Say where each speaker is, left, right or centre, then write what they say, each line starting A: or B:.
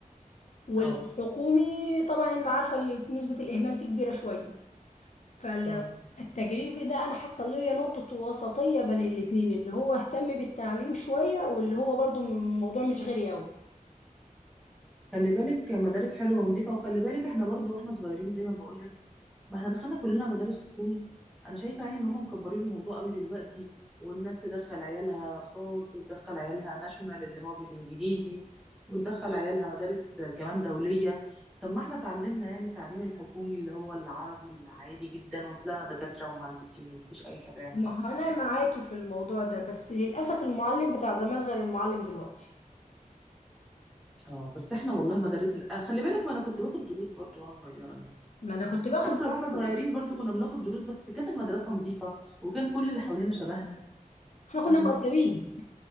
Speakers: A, on the left (about 55°); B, in the centre.
A: والحكومي
B: اه
A: طبعا انت عارفه اللي في نسبه الاهمال فيه كبيره شويه فالتجريبي
B: أمم.
A: ده انا حاسه اللي هي نقطه وسطيه بين الاتنين اللي هو اهتم بالتعليم شويه واللي هو برضو الموضوع مش غالي قوي
B: خلي بالك مدارس حلوه ونظيفه وخلي بالك احنا برضو واحنا صغيرين زي ما بقول لك ما احنا دخلنا كلنا مدارس حكومي انا شايفه يعني ان هم مكبرين الموضوع قوي دلوقتي والناس تدخل عيالها خاص وتدخل عيالها ناشونال اللي هو بالانجليزي وتدخل عيالها مدارس كمان دوليه طب ما احنا اتعلمنا يعني التعليم الحكومي اللي هو العربي العادي جدا وطلعنا دكاتره ومهندسين ومفيش اي حاجه يعني
A: ما
B: حصلت
A: هو انا
B: يعني
A: معاكي في الموضوع ده بس للاسف المعلم بتاع زمان غير المعلم دلوقتي
B: اه بس احنا والله مدارسنا آه خلي بالك ما انا كنت باخد دروس برضو وانا صغيره يعني
A: ما انا كنت باخد
B: فاكره
A: <laughs> دروس.
B: واحنا صغيرين برضو كنا بناخد دروس بس كانت المدرسه نظيفه وكان كل اللي حوالينا شبهنا
A: احنا كنا
B: فاهمه
A: مؤدبين